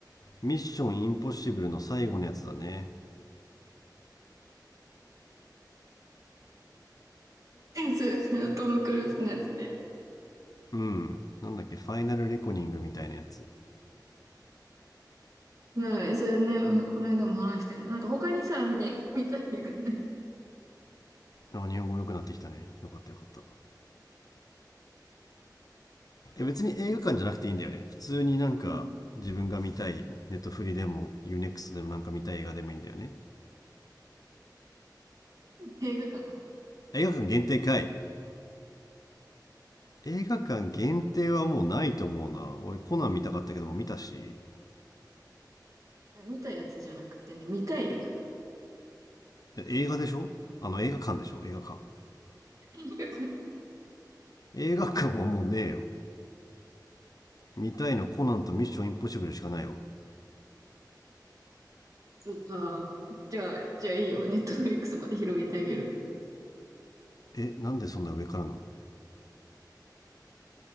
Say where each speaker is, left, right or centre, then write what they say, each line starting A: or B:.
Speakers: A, on the left; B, on the right.
A: ミッションインポッシブルの最後のやつだね。
B: それトム・クルーズのやつね。
A: うん。なんだっけ、ファイナルレコニングみたいなやつ。
B: うん、それね、この間も話したよね。なんか他にさ、見、<laughs> 見たい映画ね。
A: あ、日本語良くなってきたね。よかったよかった。え別に映画館じゃなくていいんだよね普通になんか自分が見たいネットフリでもユーネクストでもなんか見たい映画でもいいんだよね
B: うん映画が、
A: 映画館限定かい映画館限定はもうないと思うな俺コナン見たかったけども見たし
B: え見たやつじゃなくてね、見たい映画。
A: 映画でしょあの映画館でしょ映画館
B: <laughs> 映画館
A: 映画館はもうねえよ見たいのコナンとミッションインポッシブルしかないよ
B: そうか。じゃあ、じゃあいいよ。ネットフリックスまで広げてあげる。
A: えなんでそんな上からなの